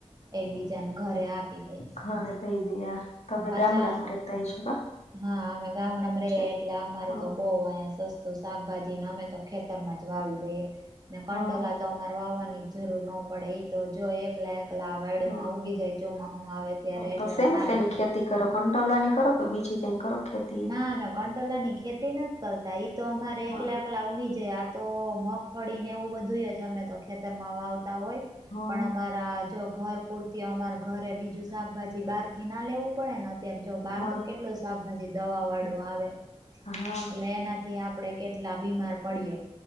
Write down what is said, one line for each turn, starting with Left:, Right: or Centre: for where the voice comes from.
Right: એકબીજાને ઘરે આપી દે
Left: ઘરે બેઈ દયા, તમે
Right: પાછા
Left: ગામડામાં રેતા ય છો કા
Right: હા, અમે ગામડામાં રેએ
Left: છે
Right: એટલે અમાર
Left: હા
Right: તો બઉ અ સસ્તું શાકભાજીને અમે તો ખેતર માં જ વાવી દઈએ, ને કંટોલા
Left: હા
Right: તો અ વાવાની જરૂર ન પડે તો જો એક લાયક લાવ વાડુમાં
Left: હા
Right: ઉગી જાય ચોમાહું આવે ત્યારે
Left: હા
Right: એટલે
Left: તો શેની
Right: થાય
Left: શેની ખેતી કરો કંટોલાની કરો કે બીજી કઈ કરો ખેત
Right: ના અમે કંટોલા ની ખેતી નથી કરતા ઈ તો અમારે
Left: હા
Right: એક લાખ પેલા ઉગી જાય આ તો મગફળી ને એવું બધું જ અમે તો ખેતરમાં વાવતા હોય
Left: હા
Right: પણ અમારા જો ઘર પૂરતી અમાર ઘરે બીજું શાકભાજી બહાર થી ના લેવું પડે ને જો બહાર
Left: હા
Right: તો કેટલું શાકભાજી દવા વાળું આવે એટલે
Left: હા
Right: એનાથી થી આપડે કેટલા બીમાર પડીએ